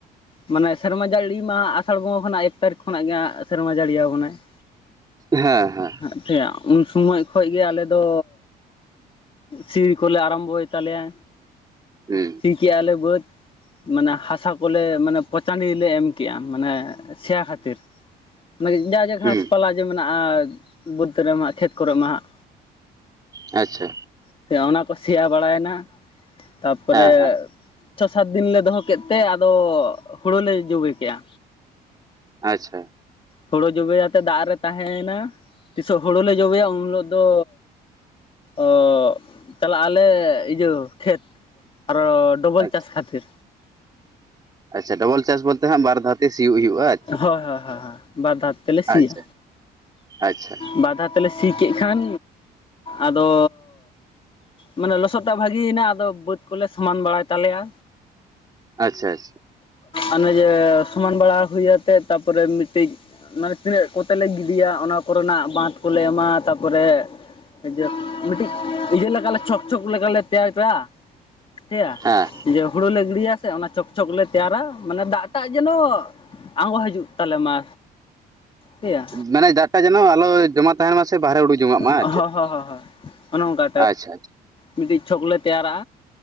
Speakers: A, on the left (about 30°); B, on the right (about 25°).
A: ᱢᱟᱱᱮ ᱥᱮᱨᱢᱟ ᱡᱟᱹᱲᱤ ᱢᱟ ᱟᱥᱟᱲ ᱵᱚᱸᱜᱟ ᱠᱷᱚᱱᱟᱜ ᱮᱠ ᱛᱟᱹᱨᱤᱠᱷ ᱠᱷᱚᱱᱟᱜ ᱜᱮ ᱦᱟᱸᱜ ᱥᱮᱨᱢᱟ ᱡᱟᱹᱲᱤᱭᱟᱵᱚᱱᱟᱭ <inaudible>
B: ᱦᱮᱸ ᱦᱮᱸ
A: <unintelligible> ᱩᱱ ᱥᱚᱢᱚᱭ ᱠᱷᱚᱡ ᱜᱮ ᱟᱞᱮᱫᱚ ᱥᱤ ᱠᱚᱞᱮ ᱟᱨᱟᱢᱵᱚᱭ ᱛᱟᱞᱮᱭᱟ
B: ᱦᱩᱸ
A: ᱥᱤ ᱠᱮᱜ-ᱟ ᱞᱮ ᱵᱟᱹᱫᱽ ᱢᱟᱱᱮ ᱦᱟᱥᱟ ᱠᱚᱞᱮ ᱢᱟᱱᱮ ᱯᱚᱪᱟᱱᱤ ᱨᱮᱞᱮ ᱮᱢ ᱠᱮᱜᱼᱟ, ᱢᱟᱱᱮ ᱥᱮᱭᱟ ᱠᱷᱟᱹᱛᱤᱨ ᱢᱟᱱᱮ ᱡᱟ ᱡᱟ ᱜᱷᱟᱥ
B: ᱦᱩᱸ
A: ᱯᱟᱞᱟ ᱡᱮ ᱢᱮᱱᱟᱜᱼᱟ ᱵᱟᱹᱫᱽ ᱨᱮᱢᱟ ᱠᱷᱮᱛ ᱠᱚᱨᱮ ᱢᱟ ᱦᱟᱸᱜ
B: ᱟᱪᱪᱷᱟ
A: <unintelligible> ᱚᱱᱟ ᱠᱚ ᱥᱮᱭᱟ ᱵᱟᱲᱟᱭᱮᱱᱟ ᱛᱟᱨᱯᱚᱨᱮ
B: ᱦᱮᱸ ᱦᱮᱸ
A: ᱪᱷᱚ ᱥᱟᱛ ᱫᱤᱱ ᱞᱮ ᱫᱚᱦᱚ ᱠᱮᱫ ᱛᱮ ᱟᱫᱚ ᱦᱳᱲᱳ ᱞᱮ ᱡᱚᱵᱮ ᱠᱮᱫᱼᱟ
B: ᱟᱪᱪᱷᱟ
A: ᱦᱳᱲᱳ ᱡᱚᱵᱮᱭᱟᱛᱮ ᱫᱟᱜ ᱨᱮ ᱛᱟᱦᱮᱭ ᱱᱟ ᱛᱤᱥᱚᱜ ᱦᱩᱲᱩᱮ ᱞᱮ ᱡᱚᱵᱮᱭᱟ ᱩᱱ ᱦᱤᱞᱳᱜ ᱫᱚ ᱚ ᱪᱟᱞᱟᱜ ᱟᱞᱮ ᱤᱭᱟᱹ ᱠᱷᱮᱛ ᱟᱨᱚ ᱰᱚᱵᱚᱞ
B: ᱟᱪᱪᱷᱟ
A: ᱪᱟᱥ ᱠᱷᱟᱛᱤᱨ
B: ᱟᱪᱪᱷᱟ ᱰᱚᱵᱚᱞ ᱪᱟᱥ ᱵᱚᱞᱛᱮ ᱦᱟᱜ ᱵᱟᱨ ᱫᱷᱟᱣ ᱛᱮ ᱥᱤᱭᱩᱜ ᱦᱩᱭᱩᱜᱼᱟ᱾ ᱟᱪᱪᱷᱟ
A: ᱦᱳᱭ ᱦᱳᱭ ᱦᱳᱭ ᱵᱟᱨ ᱫᱷᱟᱭ ᱛᱮᱞᱮ ᱥᱤᱭᱟ
B: ᱟᱪᱪᱷᱟ ᱟᱪᱪᱷᱟ
A: ᱵᱟᱨ ᱫᱷᱟᱭ ᱛᱮᱞᱮ ᱥᱤ ᱠᱮᱜ ᱠᱷᱟᱱ ᱟᱫᱚᱼᱼ ᱢᱟᱱᱮ ᱞᱚᱥᱚᱫ ᱫᱟᱜ ᱵᱷᱟᱹᱜᱤᱭᱭᱮᱱᱟ ᱟᱫᱚ ᱵᱟᱹᱫᱽ ᱠᱚᱞᱮ ᱥᱚᱢᱟᱱ ᱵᱟᱲᱟᱭ ᱛᱟᱞᱮᱭᱟ᱾
B: ᱟᱪᱪᱷᱟ ᱟᱪᱪᱷᱟ᱾
A: ᱚᱱᱮ ᱡᱮ ᱥᱚᱢᱟᱱ ᱵᱟᱲᱟ ᱦᱩᱭ ᱟᱛᱮᱫ ᱛᱟᱨᱯᱚᱨᱮ ᱢᱤᱫᱴᱤᱡᱼᱼ ᱢᱟᱱᱮ ᱛᱤᱱᱟᱹᱜ ᱠᱚᱛᱮ ᱞᱮ ᱜᱤᱰᱤᱭᱟ ᱚᱱᱟ ᱠᱚᱨᱮᱱᱟᱜ ᱵᱟᱸᱫ ᱠᱚᱞᱮ ᱮᱢᱟ ᱛᱟᱯᱚᱨᱮ᱾ ᱮ ᱢᱤᱫᱴᱤᱡ ᱤᱭᱟᱹ ᱞᱮᱠᱟᱞᱮ ᱪᱷᱚᱠ ᱪᱷᱚᱠ ᱞᱮᱠᱟᱞᱮ ᱛᱮᱭᱟᱨ ᱠᱮᱭᱟ᱾ ᱭᱟ
B: ᱦᱮᱸ
A: ᱡᱮ ᱦᱩᱲᱩ ᱞᱮ ᱜᱤᱲᱤᱭᱟ ᱥᱮ ᱚᱱᱟ ᱪᱷᱚᱠ ᱪᱷᱚᱠ ᱞᱮ ᱛᱮᱭᱟᱨᱟ ᱢᱟᱱᱮ ᱫᱟᱜ ᱴᱟᱜ ᱡᱮᱱᱚ ᱟᱸᱜᱚ ᱦᱤᱡᱩᱜ ᱛᱟᱞᱮ ᱢᱟ᱾ ᱴᱷᱤᱠᱭᱟ
B: ᱢᱟᱱᱮ ᱫᱟᱜ ᱴᱟᱜ ᱡᱮᱱᱚ ᱟᱞᱚ ᱡᱚᱢᱟ ᱛᱟᱦᱮᱱ ᱢᱟ ᱥᱮ ᱵᱟᱦᱨᱮ ᱩᱰᱩᱠ ᱡᱚᱝ ‌ᱟᱜ ᱢᱟ᱾
A: ᱦᱚ
B: ᱟᱨ ᱪᱮᱫ
A: ᱦᱚ ᱦᱳᱭ᱾ ᱚᱱᱮ ᱚᱱᱠᱟ
B: ᱟᱪᱪᱷᱟ ᱟᱪᱪᱷᱟ
A: ᱢᱤᱫᱴᱤᱡ ᱪᱷᱚᱠ ᱞᱮ ᱛᱮᱭᱟᱨᱟ